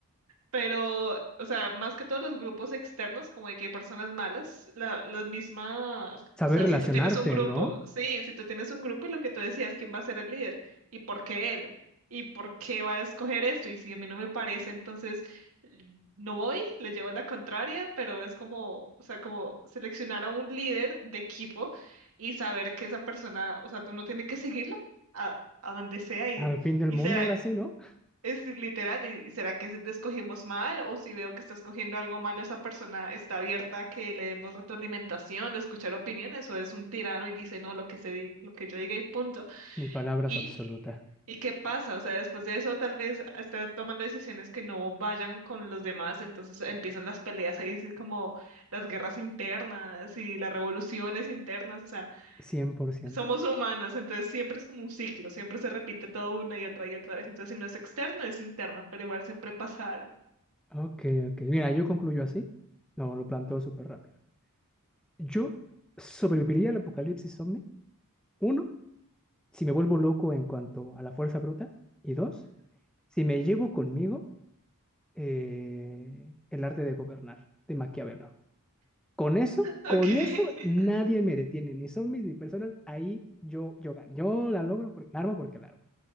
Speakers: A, on the right; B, in the centre.
A: pero, o sea, más que todos los grupos externos, como de que hay personas malas, la, la misma,
B: Saber
A: o sea,
B: relacionarte,
A: si tú tienes un grupo,
B: ¿no?
A: sí, si tú tienes un grupo y lo que tú decías, ¿quién va a ser el líder? ¿Y por qué él? ¿Y por qué va a escoger esto? Y si a mí no me parece, entonces l- no voy, le llevo la contraria, pero es como, o sea, como seleccionar a un líder de equipo y saber que esa persona, o sea, tú no tienes que seguirlo a, a donde sea y,
B: Al fin del
A: y
B: mundo,
A: se
B: ahora sí, ¿no?
A: es literal, ¿y será que es- escogimos mal? O si veo que está escogiendo algo mal, esa persona está abierta a que le demos retroalimentación, de escuchar opiniones, o es un tirano y dice no, lo que se, di- lo que yo diga y punto.
B: Mi palabra
A: ¿Y,
B: es absoluta,
A: y qué pasa? O sea, después de eso tal vez está tomando decisiones que no vayan con los demás, entonces empiezan las peleas ahí, sí, como las guerras internas y las revoluciones internas, o sea
B: cien por ciento
A: somos humanos, entonces siempre es como un ciclo, siempre se repite todo una y otra y otra vez. Entonces, si no es externo, es interno, pero igual siempre pasa algo.
B: Ok, ok. Mira, yo concluyo así. No, lo planteo súper rápido. Yo sobreviviría al apocalipsis zombie. Uno, si me vuelvo loco en cuanto a la fuerza bruta. Y dos, si me llevo conmigo eh, el arte de gobernar de Maquiavelo. Con eso,
A: Ok,
B: con
A: <laughs>
B: eso nadie me detiene, ni zombies ni personas. Ahí yo, yo gano. Yo la logro porque la armo porque la armo.